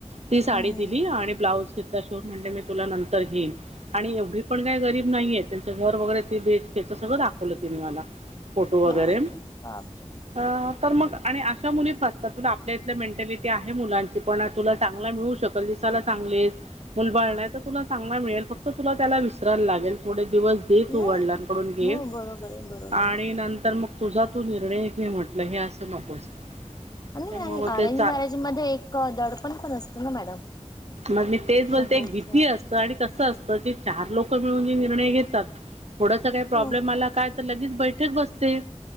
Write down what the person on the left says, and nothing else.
हम्म हम्म
बापरे बापरे
नाही
हो बरोबर आहे बरोबर
आहे
आणि
आणि अरेंज
मॅरेज मध्ये एक दडपण पण असतं ना मॅडम म्हणजे
कि
समोरच
हो
हो